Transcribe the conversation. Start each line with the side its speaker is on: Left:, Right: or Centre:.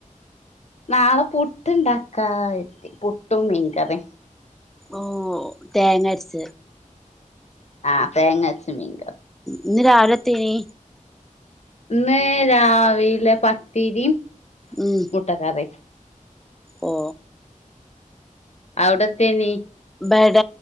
Left: നാളെ പുട്ടുണ്ടാക്കാത്തി പുട്ടും മീൻകറി
Centre: ഓ തേങ്ങ അരച്ച
Left: ആഹ് തേങ്ങച്ച മീൻ
Centre: ഇന്ന് രാവിലെത്തേനി
Left: ഇന്ന് രാവിലെ പത്തിരിയും
Centre: ഉം
Left: മുട്ടക്കറി
Centre: ഓ
Left: അവിടത്തേനി
Centre: ബട